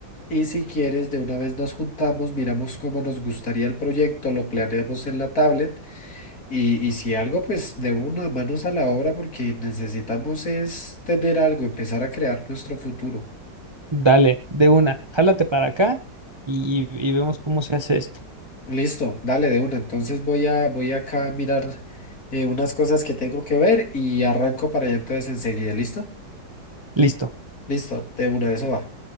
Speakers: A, on the left (about 50°); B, on the right (about 25°).
A: y si quieres de una vez nos juntamos, miramos cómo nos gustaría el proyecto, lo planeamos en la tablet y, y si algo pues de una manos a la obra porque necesitamos es tener algo, empezar a crear nuestro futuro.
B: Dale, de una, jálate para acá y, y y vemos cómo se hace esto.
A: Listo, dale de una. Entonces voy a voy acá a mirar eh, unas cosas que tengo que ver y arranco para allá entonces enseguida. ¿Listo?
B: Listo.
A: Listo, de una, eso va.